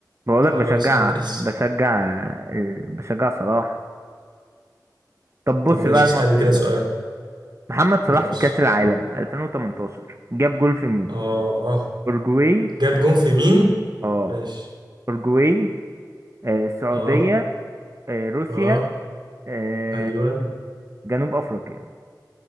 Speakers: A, on the right; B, on the right.
A: بقولك
B: خلاص
A: بشجع
B: ماشي
A: بشجع آه، بشجع صلاح طب بص
B: طب ماشي
A: بقى الماتش
B: اسالني كده سؤال
A: ده محمد صلاح
B: ماشي
A: في كأس العالم 2018 جاب جول في مين
B: اه آه.
A: أورجواي
B: جاب جون في مين
A: اه
B: ماشي
A: أورجواي آه، السعودية
B: اه
A: آه، روسيا
B: اه
A: آه،
B: ايوه
A: جنوب أفريقيا